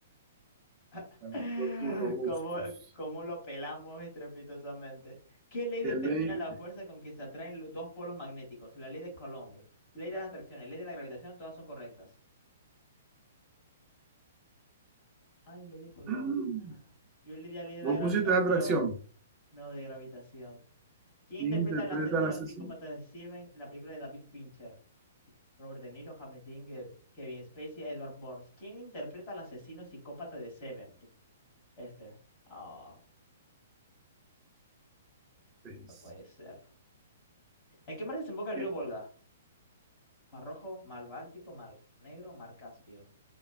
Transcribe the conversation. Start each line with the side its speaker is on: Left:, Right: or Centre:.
Left: <laughs>
Right: Para Antrocus robustos.
Left: ¿Cómo, cómo lo pelamos estrepitosamente? ¿Qué ley determina
Right: ¿Qué ley?
Left: la fuerza con que se atraen los dos polos magnéticos? La ley de Coulomb, ley de las atracciones, ley de la gravitación, todas son correctas. Ay, le di Colón.
Right: Mm.
Left: Ah, Yo le di a Ley de
Right: Vos
Left: la Gravitación.
Right: pusiste atracción.
Left: No, de gravitación. ¿Quién
Right: ¿Quién
Left: interpreta
Right: interpreta
Left: al asesino
Right: al asesino?
Left: psicópata de Steven, la película de David Fincher? Robert De Niro, James Dean, Ge- Kevin Spacey, Edward Burns. ¿Quién interpreta al asesino psicópata de Seven? Este. Ah,
Right: Space.
Left: no puede ser. ¿En qué mar desemboca el
Right: ¿Qué?
Left: río Volga? ¿Mar Rojo, Mar Báltico, Mar Negro, Mar Caspio?